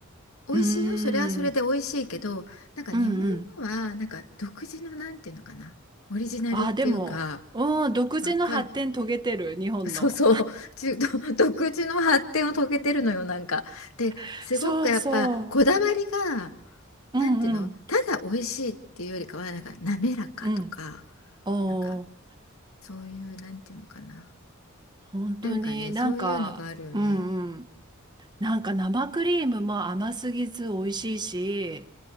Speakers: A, on the left; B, on the right.
A: 美味しいよ、
B: うー
A: それはそれで美味しいけど、
B: ん。
A: なんか日本のは、
B: うんうん。
A: なんか独自のなんていうのかな、オリジナルっていうか、
B: あ、でも、うん、独自の発展遂げてる、
A: わかる。
B: 日本の。
A: そうそう、ち独独自の発展を遂げてるのよ、なんか。で、
B: <laughs>
A: すごくやっぱこだわりが、
B: そうそう。
A: なんていうの、
B: うんうん
A: ただ美味しいっていうよりかは、なんか滑らかとか、
B: うん。おー、
A: なんかそういう、なんていうのかな。
B: 本当になんか、
A: なんかね、そういうのがあるよね。
B: うんうん。なんか生クリームも甘すぎず美味しいし、